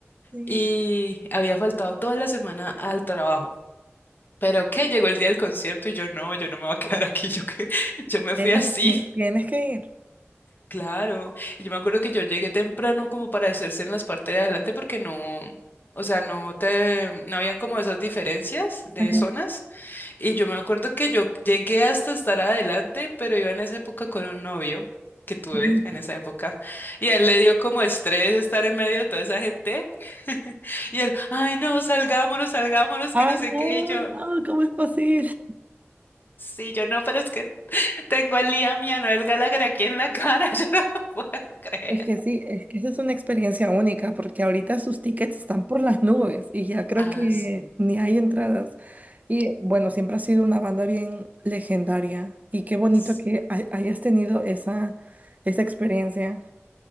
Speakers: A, on the right (about 35°); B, on the left (about 45°).
A: sí.
B: y había faltado toda la semana al trabajo. Pero que llegó el día del concierto y yo no, yo no me voy a quedar aquí, <laughs> yo que yo me
A: Tienes
B: fui así.
A: que ir, tienes que ir.
B: Claro, y yo me acuerdo que yo llegué temprano como para hacerse en las partes de adelante porque no, o sea, no te, no habían como esas diferencias de
A: Ajá,
B: zonas. Y yo me acuerdo que yo llegué hasta estar adelante, pero iba en esa época con un novio que tuve
A: ajá.
B: en esa época. Y a él le dio como estrés estar en medio de toda esa gente. <laughs> Y él, ay, no, salgámonos, salgámonos,
A: Ay,
B: que no sé
A: no,
B: qué. Y yo,
A: no, ¿cómo es posible?
B: sí, yo no, pero es que tengo al Liam y a Noel Gallagher aquí en la cara, <laughs> yo no lo puedo creer.
A: Es que sí, es que esa es una experiencia única, porque ahorita sus tickets están por las nubes y ya creo
B: Ah,
A: que
B: sí.
A: ni hay entradas. Y bueno, siempre ha sido una banda bien legendaria y qué bonito
B: Sí,
A: que hay- hayas tenido esa, esa experiencia.